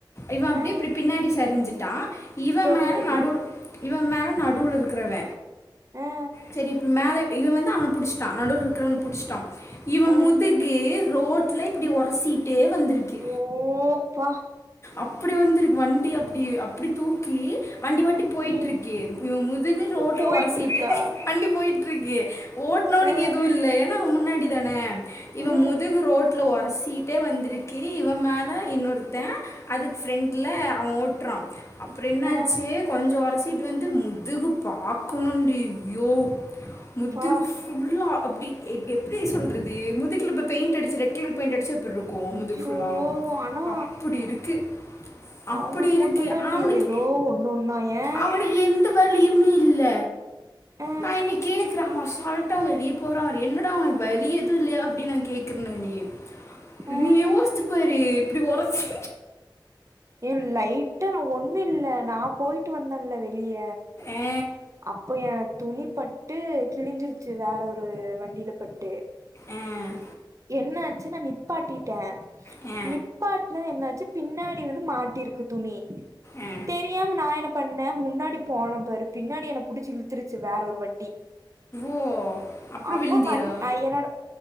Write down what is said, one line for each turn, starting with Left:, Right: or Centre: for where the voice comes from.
Left: இவ அப்டியே
Right: ஆ
Left: இப்டி பின்னாடி சரிஞ்சிட்டா இவ
Right: தெரிஞ்சது
Left: மேல நடுவ் இவ மேல நடுவுல
Right: ஆ
Left: ருக் க்ரவ
Right: ஆ
Left: சரி இப்ப மேல இவ வந்து அவன புடிச்டா நடுவுல இருகரவண புடிச்டா இவ
Right: ஆ
Left: முதுகு ரோட்டில இப்டி உரசிட்டே வந்துருக்கு
Right: ஓ பா
Left: அப்டி வந்துருக்கு வண்டி அப்டி அப்டி தூக்கி வண்டி வட்டி போயிட்ருக்கு
Right: ம்
Left: இவ முதுகு ரோட்ல
Right: போயிட்ருக்கா
Left: உரசீட்டு வண்டி போயிட்ருக்கு ஓட்னவனுக்கு
Right: அ
Left: எதுவு இல்ல ஏனா அவ முன்னாடி தான இவன்
Right: அ
Left: மு முதுகு ரோடல ஒரசீட்டே வந்துருக்கு இவ மேல இன்னொருத்த அதுக்கு ஃப்ரெண்ல் அவ ஓட்றா அப்புற என்னாச்சி
Right: அ
Left: கொஞ்ச உரசிட் வந்து முதுகு பாக்கணுன்டி ஐயோ முதுகு
Right: பா
Left: ஃபுல்லா அப்டி எப்டி சொல்றது முதுகுல இப்ப பெயிண்ட் அடிச்சா ரெட் கலர் பெயிண்ட் அடிச்சா எப்ருக்கு
Right: ஐயோ
Left: முதுகு ஃபுல்லா
Right: ஆனா
Left: அப்டி இருக்கு அப்டி
Right: அவங்களுக்கு
Left: இருக்கு
Right: மட்டுந்தான்டி
Left: அவனுக்
Right: ஏதோ ஒண்ணு ஒன்னா ஏ
Left: அவனுக் எந்த வேலயுமே இல்ல
Right: அ
Left: நா இனி கேக்கற அசால்ட் ட்டா வெளிய போறா என்னடா உனக் வெளியது இல்லையா அப்டின் நா கேக்குற நானே
Right: அ
Left: நீ யோச்சி பாரு இப்டி உரசி
Right: ஏ லைட்டா நா ஒன் இன்னு இல்ல நா போய்ட்டு வந்தல்ல வெளிய
Left: ஆ
Right: அப்ப ஏ துணி பட் ட்டு கிழிஞ்சிருச்சி வேற ஒரு வண்டில பட்டு
Left: ஆ
Right: என்னாச்சு நா நிப்பாட்டிட்ட
Left: ஆ
Right: நிப்பாட்டினது என்னாச்சு பின்னாடி வந்து மாட்டிருக்கு துணி
Left: ஆ
Right: தெரி தெரியாம நா என்ன பண்ணே முன்னாடி போன பாரு பின்னாடி என புடிச்சி இழுத்துருச்சு வேற ஒரு வண்டி
Left: ஓ அப்புறம்
Right: அப்ப
Left: விழுந்தியா
Right: வன் அ என்னோட